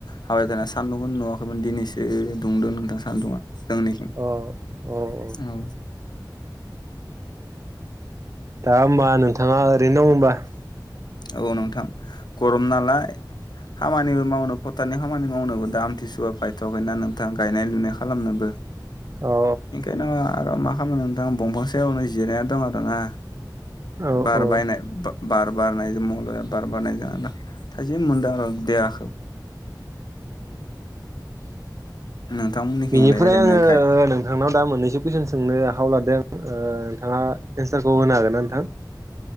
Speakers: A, on the left (about 65°); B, on the right (about 40°).
A: हाबाय थानाया सान्दुंखौ दुङाखैमोन दिनैसो दुंदों नोंथां सान्दुङा। जोंनिखिं
B: अ अ
A: औ
B: दा ओमबा नोंथाङा ओरैनो दं ओमबा?
A: औ नोंथां गरम नालाय खामानिबो मावनो फथतनि खामानि मावनोबो दा आमथिसुवआ बायथ'वाखैना नोंथां गायनाय लुनाय खालामनोबो।
B: औ
A: इं खायनो आरो मा खामनो नोंथां दंफांसायावनो जिराया दं आर ना
B: औ
A: बार
B: औ
A: बायनाय बार बारनाय। <unintelligible> बार बारजों थाजिम मोनदो आरो देहाखौ नोंथांमोननिथिंलाय
B: बिनिफ्राय
A: ओरैनो
B: आङो
A: गाय
B: नोंथांनाव दा मोननैसो कुइसन सोंनो आखायाव लादों। ओ नोंथाङा एन्सारखौ होनो हागोन ना नोंथां?